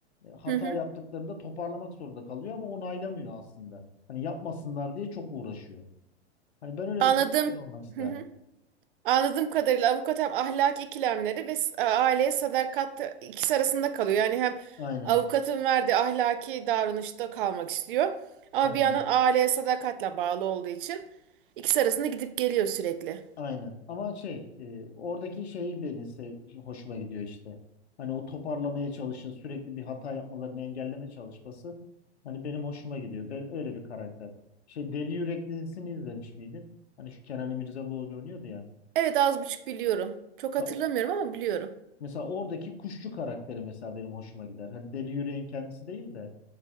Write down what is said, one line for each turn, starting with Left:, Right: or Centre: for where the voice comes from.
Left: E, Hata
Right: Hı hı.
Left: yaptıklarında toparlamak zorunda kalıyor ama onaylamıyor aslında. Hani yapmasınlar diye çok uğraşıyor. Hani ben öyle
Right: Anladığım
Left: bir karakter olmak isterdim.
Right: hı hı. Anladığım kadarıyla avukat hem ahlaki ikilemleri ve s- e, aileye sadakat ikisi arasında kalıyor. Yani hem
Left: Aynen.
Right: avukatın verdiği ahlaki davranışta kalmak istiyor ama
Left: Aynen.
Right: bir yandan aileye sadakatle bağlı olduğu için ikisi arasında gidip geliyor sürekli.
Left: Aynen. Ama şey, e, oradaki şeyi beni se- hoşuma gidiyor işte. Hani o toparlamaya çalışır, sürekli bir hata yapmalarını engelleme çalışması. Hani benim hoşuma gidiyor. Ben öyle bir karakter. Şey Deli Yürek dizisini izlemiş miydin? Hani şu Kenan İmirzalıoğlu oynuyordu ya.
Right: Evet az buçuk biliyorum. Çok
Left: Mesela,
Right: hatırlamıyorum
Left: o-
Right: ama biliyorum.
Left: mesela oradaki kuşçu karakteri mesela benim hoşuma gider. Hani Deli Yürek'in kendisi değil de